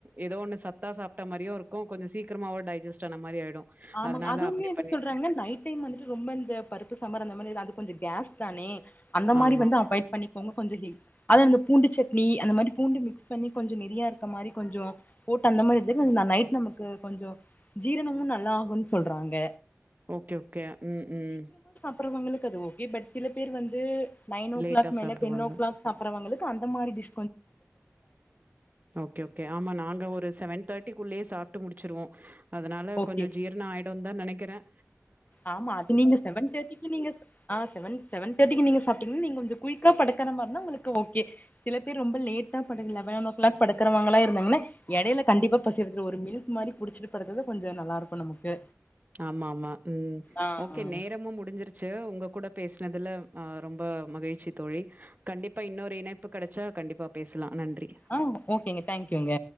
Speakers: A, on the right (about 35°); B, on the left (about 30°).
A: ஏதோ ஒண்ணு சத்தா சாப்பிட்ட மாரியும் இருக்கும் கொஞ்சம் சீக்கிரமாவும் டைஜஸ்ட் ஆன மாரி ஆயிடும்
B: ஆமா
A: அதனால
B: அதுவுமே
A: அப்படி
B: என்ன
A: பண்ணிடுவேன்.
B: சொல்றாங்க நைட் டைம் வந்துட்டு ரொம்ப இந்த பருப்பு சாம்பார் அந்த மாரி அது கொஞ்சம் கேஸ் தானே அந்த மாதிரி
A: ஆமா.
B: வந்து அவாய்ட் பண்ணி கொஞ்சம் ஹ அத அந்த பூண்டு சட்னி அந்த மாதிரி பூண்டு மிக்ஸ் பண்ணி கொஞ்சம் நிறையா இருக்க மாரி கொஞ்சம் போட்டு அந்த மாரி நைட் நமக்கு கொஞ்சம் ஜீரணமும் நல்லா சொல்றாங்க
A: ஓகே ஓகே உம் உம்
B: சாப்டுறவங்களுக்கு அது ஓகே பட் சில பேர் வந்து நைன் ஓ
A: லேட்டா
B: கிளாக் மேல
A: சாப்பிடுவாங்க.
B: டென் ஓ கிளாக் சாப்பிடுறவங்க அந்த மாரி டிஸ்
A: ஓகே ஓகே ஆமா நாங்க ஒரு செவன் தேர்ட்டிக்குள்ளே சாப்பிட்டு முடிச்சிருவோம் அதனால
B: ஓகே
A: கொஞ்சம் ஜீரணம் ஆயிடும் தான் நினைக்கிறேன்
B: ஆமா அது நீங்க செவன் தேர்ட்டிக்கு நீங்க ஆ செவன் செவன் தேர்ட்டிக்கு நீங்க சாப்பிட்டீங்கன்னா நீங்க கொஞ்சம் குயிக்கா படுக்கற மாரினா உங்களுக்கு ஓகே சில பேர் ரொம்ப லேட்டா ப லெவன் ஓ கிளாக் படுக்கறவங்களா இருந்தாங்கன்னா இடைல கண்டிப்பா பசி எடிக்கு த ஒரு மில்க் மாதிரி குடிச்சுட்டு படுக்குறது கொஞ்சம் நல்லா இருக்கும் நமக்கு
A: ஆமா ஆமா ம்
B: ஆ
A: ஓகே
B: ஆ
A: நேரமும் முடிஞ்சிருச்சு உங்க கூட பேசினதுல ஆஹ் ரொம்ப மகிழ்ச்சி தொழி கண்டிப்பா இன்னொரு இணைப்பு கெடச்சா கண்டிப்பா பேசலாம் நன்றி.
B: ஆஹ் ஓகேங்க தேங்க்யூங்க